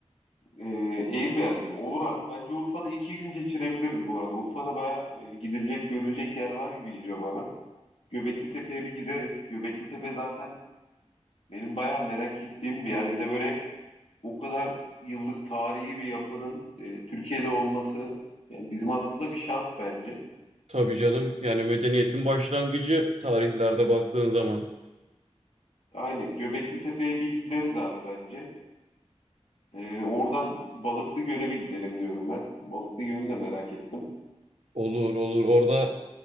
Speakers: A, on the left (about 65°); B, on the right (about 70°).
A: e, Airbnb mi? Olur abi. Bence Urfa'da iki gün geçirebiliriz bu arada. Urfa'da bayağı e, gidilecek, görülecek yer var gibi geliyor bana. Göbeklitepe'ye bir gideriz. Göbeklitepe zaten benim bayağı merak ettiğim bir yer. Bir de böyle o kadar yıllık tarihi bir yapının e, Türkiye'de olması yani bizim adımıza bir şans bence.
B: Tabii canım. Yani medeniyetin başlangıcı tarihlerde baktığın zaman.
A: Aynen Göbeklitepe'ye bir gideriz abi bence. E, oradan Balıklıgöl'e bir gidelim diyorum ben. Balıklıgöl'ü de merak ettim.
B: Olur olur. Orada